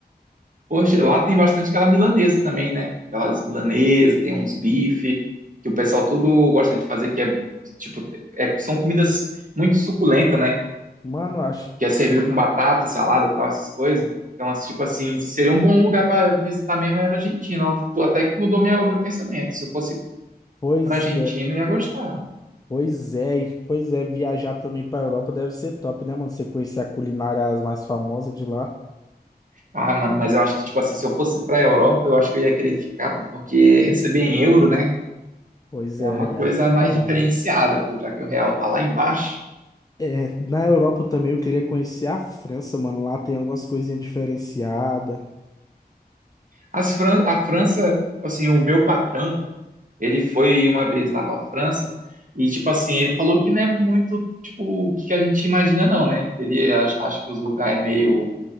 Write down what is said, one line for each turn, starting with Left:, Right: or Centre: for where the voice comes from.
Right: Poxa, lá tem bastante aquela milanesa também, né? Aquelas milanesas, tem uns bife, que o pessoal tudo gosta de fazer, que é tipo, é- são comidas muito suculentas, né?
Left: Mano, acho,
Right: que é servido com batata e salada, tal, essas coisas. Então, assim, tipo assim, seria um bom lugar para visitar mesmo era a Argentina. Tu Até que mudou meu, meu pensamento. Se eu fosse
Left: pois
Right: para Argentina,
Left: é.
Right: eu ia gostar.
Left: Pois é, e- pois é, viajar também pra Europa deve ser top, né, mano? Você conhecer a culinária as mais famosas de lá.
Right: Ah, mano, mas eu acho que, tipo assim, se eu fosse pra Europa, eu acho que eu ia querer ficar, pô, porque receber em euro, né?
Left: Pois
Right: É
Left: é,
Right: uma
Left: aí
Right: coisa
Left: aí-
Right: mais
Left: não.
Right: diferenciada, pô, já que o real tá lá embaixo.
Left: É, na Europa também eu queria conhecer a França, mano. Lá tem algumas coisinhas diferenciadas.
Right: As Fran a França, assim, o meu patrão, Ele foi uma vez lá pra França e, tipo assim, ele falou que não é muito, tipo, o que que a gente imagina, não, né? Ele ach- acha que os lugares é meio,